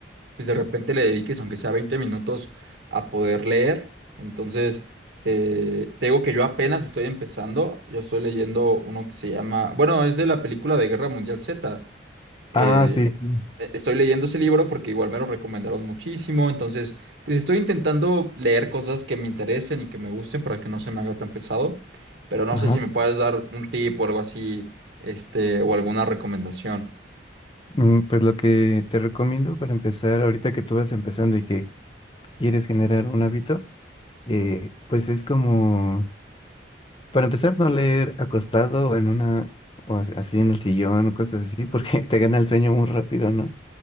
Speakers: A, on the right; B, on the left.
A: pues de repente le dediques, aunque sea 20 minutos, a poder leer. Entonces, eh, te digo que yo apenas estoy empezando. Yo estoy leyendo uno que se llama, bueno, es de la película de Guerra Mundial Z. eh,
B: Ah, sí. sí,
A: eh, Estoy leyendo ese libro porque igual me lo recomendaron muchísimo, entonces pues estoy intentando leer cosas que me interesen y que me gusten para que no se me haga tan pesado, pero no
B: Ajá.
A: sé si me puedes dar un tip o algo así, este, o alguna recomendación.
B: Mm, Pues lo que te recomiendo para empezar, ahorita que tú vas empezando y que quieres generar un hábito, eh, pues es como, para empezar, no leer acostado o en una, o as- así en el sillón o cosas así, porque <laughs> te gana el sueño muy rápido, ¿no?